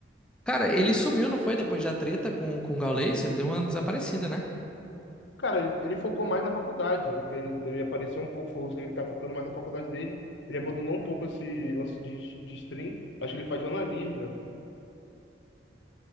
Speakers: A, in the centre; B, on the left.
A: Cara, ele sumiu, não foi? Depois da treta com, com o Gaules? Ele deu uma desaparecida, né?
B: Cara, ele, ele focou mais na faculdade. Ele, ele apareceu um pouco, fo- ele tá focando mais na faculdade dele. Ele abandonou um pouco esse lance de, de stream. Acho que ele faz jornalismo, né?